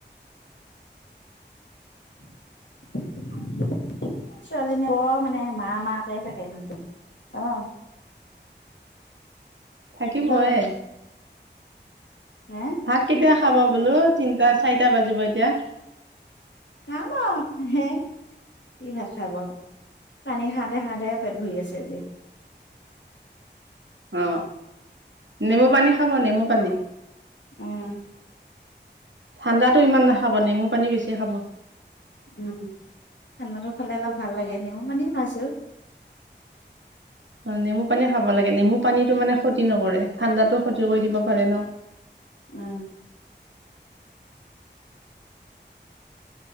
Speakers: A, on the left; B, on the right.
A: <inaudible> চালি <inaudible> মানে মা মাকে থাকে একদম অ।
B: থাকিব
A: হেল্ল'
B: এ।
A: হে
B: ভাত কেতিয়া খাব বোলো? তিনটা চাৰিটা বাজিব এতিয়া।
A: খাম আও হে কি ভাত খাব। পানী খাওঁতে খাওঁতে পেট ভৰি আছে আজি।
B: অ নেমু পানী খাব নেমু পানী।
A: উম।
B: ঠাণ্ডাতো ইমান নাখাব নেমু পানী বেছি খাব।
A: উম ঠাণ্ডাটো খালে অলপ ভাল লাগে নেমু পানী খাইছো।
B: অ নেমু পানী খাব লাগে নেমু পানীটো মানে ক্ষতি নকৰে ঠাণ্ডাতো ক্ষতি কৰি
A: উম
B: দিব পাৰে ন?
A: উম